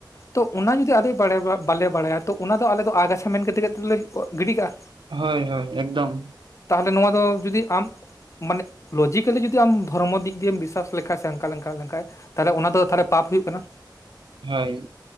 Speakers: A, on the left; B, on the right.
A: ᱛᱚ ᱚᱱᱟ ᱡᱩᱫᱤ ᱟᱞᱮ ᱵᱟᱲᱮ, ᱵᱟᱞᱮ ᱵᱟᱲᱟᱭᱟ ᱛᱚ ᱚᱱᱟᱫᱚ ᱟᱞᱮ ᱫᱚ ᱟᱜᱟᱪᱷᱟ ᱢᱮᱱ ᱠᱟᱛᱮ ᱜᱮᱛᱚᱞᱮ ᱜᱤᱰᱤ ᱠᱟᱜᱼᱟ᱾
B: ᱦᱳᱭ-ᱦᱳᱭ ᱮᱠᱫᱚᱢ᱾
A: ᱛᱟᱦᱚᱞᱮ ᱱᱚᱣᱟ ᱫᱚ ᱡᱩᱫᱤ ᱟᱢ ᱢᱟᱱᱮ ᱞᱚᱡᱤᱠᱮᱞᱤ ᱡᱩᱫᱤ ᱟᱢ ᱫᱷᱚᱨᱢᱚ ᱫᱤᱠ ᱫᱤᱭᱮᱢ ᱵᱤᱥ ᱥᱟᱥ ᱞᱮᱠᱷᱟᱡᱽ ᱥᱮ ᱦᱟᱝᱠᱟ ᱞᱮᱠᱟ ᱞᱮᱷᱟᱱ ᱛᱟᱦᱚᱞᱮ ᱚᱱᱟ ᱫᱚ ᱛᱦᱟᱞᱮ ᱯᱟᱯ ᱦᱩᱭᱩᱜ ᱠᱟᱱᱟ᱾
B: ᱦᱳᱭ᱾